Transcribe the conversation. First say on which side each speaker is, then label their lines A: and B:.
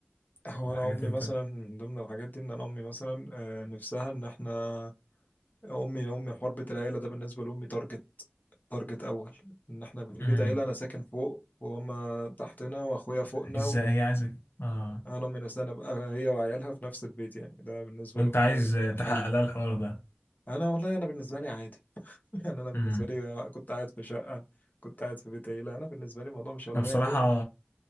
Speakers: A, on the left; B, on the left.
A: هو
B: الحاجات
A: انا امي
B: أنت
A: مثلا من ضمن الحاجات دي ان انا امي مثلا آه، نفسها ان احنا امي امي حربة العيله ده بالنسبه لامي تارجت تارجت اول ان احنا في
B: امم
A: بيت عيله انا ساكن فوق وهما تحتنا واخويا فوقنا
B: ازاي
A: و...
B: هي عايزك اه
A: انا من السنه ابقى هي وعيالها في نفس البيت يعني ده بالنسبه
B: وأنت
A: لامي
B: عايز
A: حلم
B: تحقق لها الحوار
A: انا والله انا بالنسبه لي عادي <laughs> يعني انا بالنسبه
B: ده
A: لي كنت قاعد في شقه كنت قاعد في بيت عيله انا بالنسبه لي الموضوع مش اولويه
B: انا بصراحة
A: قوي <laughs>